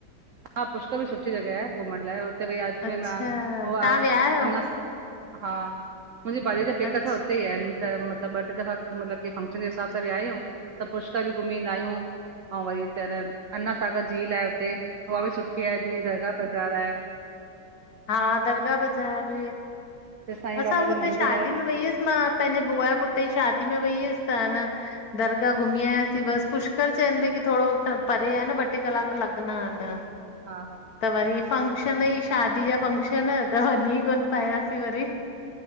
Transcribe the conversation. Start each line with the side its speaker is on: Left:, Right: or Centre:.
Right: हा पुष्कर बि सुठी जॻह आहे घुमण लाइ हुते भाई <unintelligible>
Left: अच्छा तव्हां विया आहियो
Right: हा मुंजी भाॼीई जा पेका
Left: अच्छा
Right: छा उते ही आहिनिं। त मतलब ॿ ट्रे दफ़ा मतलब के फंक्शन जे हिसाब सां विया आहियूं त पुष्कर बि घुमी ईंदा आहियूं। अऊ वरी उते अन्ना सागर झील आहें हुते। उहा बि सुठी आहें जीअं दरगाह बाज़ार आहें।
Left: हां दरगाह बाज़ार
Right: त साईं बाबा
Left: असां हुते
Right: जो मंदिर
Left: शादी
Right: आहे
Left: में वई हुयसि मां पंहिंजे बुआ जे पुट्र जी शादी में वई हुअसि त न- दरगह घुमी आययासीं बस पुष्कर चईन पया थोरो परे आहे न ब ट्रे कलाक लॻणा आहिनि।
Right: हां हां
Left: त वरी फंक्शन ई शादी जा फंक्शन त वन्नी कोन पायासीं वरी।